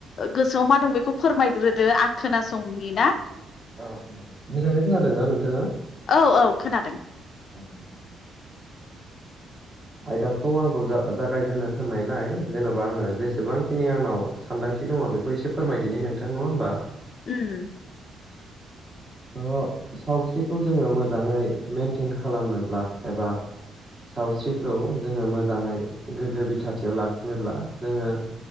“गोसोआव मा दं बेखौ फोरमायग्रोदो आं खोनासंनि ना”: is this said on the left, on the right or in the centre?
Left